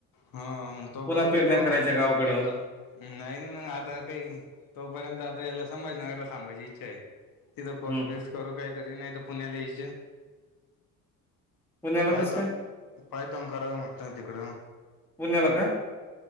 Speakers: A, on the left; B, in the centre.
A: हा तोपर्यंत
B: पुन्हा पेरण्या
A: करून
B: करायच्या
A: म्हटलं
B: गावाकडे येऊन
A: नाही नाही मग आता काही तोपर्यंत आता साज नगला ांयची इच्छा आहे तिथ कोर्
B: हम्म
A: बर्स करू काहीतरी नाही पुण्यालज
B: पुण्याला
A: पायतन
B: कसं काय
A: पायतोन करावे म्हटत तिकड
B: पुण्याला का